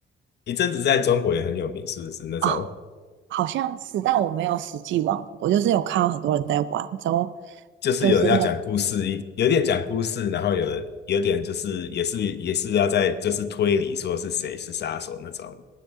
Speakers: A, on the left; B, on the right.
A: 一阵子在中国也很有名，是不是那种？
B: 啊？好像是，但我没有实际玩过，我就是有看到很多人在玩，之后
A: 就是有人要讲故事，
B: 就是很
A: 一有点讲故事，然后有有点就是也是也是要在就是推理说是谁是杀手那种。